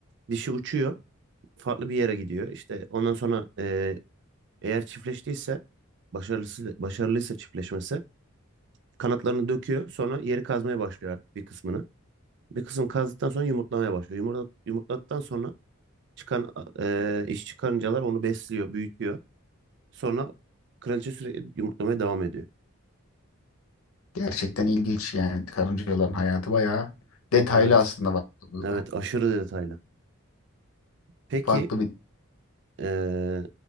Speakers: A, on the right (about 55°); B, on the left (about 80°).
A: Dişi uçuyor. Farklı bir yere gidiyor. İşte ondan sonra e, eğer çiftleştiyse başarılısı, başarılıysa çiftleşmesi kanatlarını döküyor. Sonra yeri kazmaya başlıyor artık bir kısmını. Bir kısım kazdıktan sonra yumurtlamaya başlıyor. Yumurta, yumurtladıktan sonra çıkan e, iş çıkarıncalar onu besliyor, büyütüyor. Sonra kraliçe sürekli yumurtlamaya devam ediyor.
B: Gerçekten ilginç yani karıncaların hayatı bayağı detaylı
A: Evet.
B: aslında baktığımızda.
A: Evet, aşırı detaylı. Peki,
B: Farklı bir
A: eee,